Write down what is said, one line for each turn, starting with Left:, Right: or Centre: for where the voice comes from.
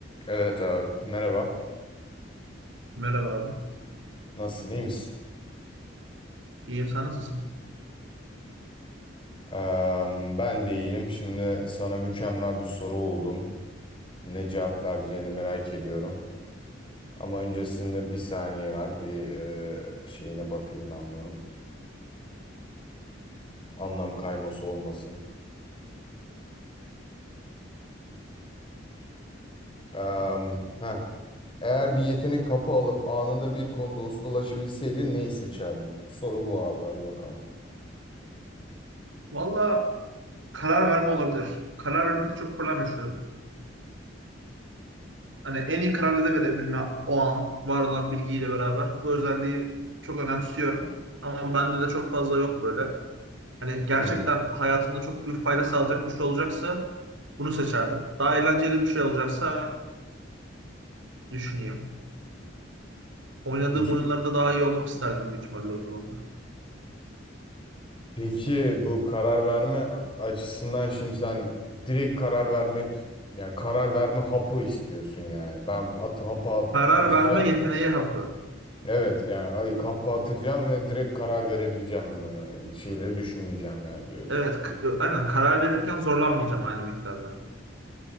Left: Evet abi. Merhaba.
Right: Merhaba abi.
Left: Nasılsın? iyi misin?
Right: İyiyim sen nasılsın?
Left: Eee, ben de iyiyim. Şimdi sana mükemmel bir soru buldum. Ne cevap vereceğini merak ediyorum. Ama öncesinde bir saniye var. Bir eee, şeyine bakayım ben bunun. Anlam kayması olmasın. Eee, heh. Eğer bir yetenek hapı alıp anında bir konuda ustalaşabilseydin neyi seçerdin? Soru bu abi. Hadi bakalım.
Right: Valla karar verme olabilir. Karar vermekte çok problem yaşıyorum. Hani en iyi kararları da verebilme o an var olan bilgiyle beraber. Bu özelliği çok önemsiyorum. Ama bende de çok fazla yok böyle. Hani gerçekten
Left: Hmm.
Right: hayatımda çok büyük fayda sağlayacak bir şey olacaksa bunu seçerdim. Daha eğlenceli bir şey olacaksa düşüneyim. Oynadığım
Left: İki.
Right: oyunlarda daha iyi olmak isterdim büyük ihtimalle o zaman da.
Left: Peki bu karar verme a- açısından şimdi sen direkt karar vermek yani karar verme hapı istiyorsun yani. Ben atı hapa at-
Right: Karar
Left: atacağım.
Right: verme yeteneği hapı.
Left: Evet yani ay- hapı atacağım ve direkt karar verebileceğim. Yani şeyleri düşünmeyeceğim yani diyorsun.
Right: Evet, k- aynen karar verirken zorlanmayacağım aynı miktarda.